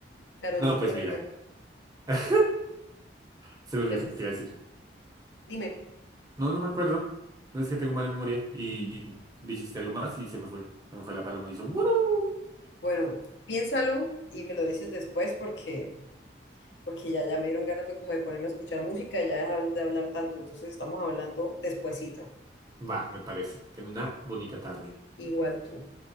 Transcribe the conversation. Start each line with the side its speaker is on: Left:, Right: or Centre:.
Left: Karol
Right: No,
Left: G
Right: pues
Left: sabía,
Right: mira. <laughs> Se me olvidó
Left: pero
Right: que
Left: sí.
Right: te iba a decir.
Left: Dime.
Right: No, no me acuerdo. No es que tengo mala memoria. Y y dijiste algo más y se me fue. Se me fue la paloma y hizo. "Wurru".
Left: Bueno, piénsalo y me lo dices después porque, porque ya, ya me dieron ganas fue como de ponerme a escuchar música, y ya dejar de hablar tanto, entonces estamos hablando despuesito.
Right: Va, me parece. Ten una bonita tarde.
Left: Igual tú.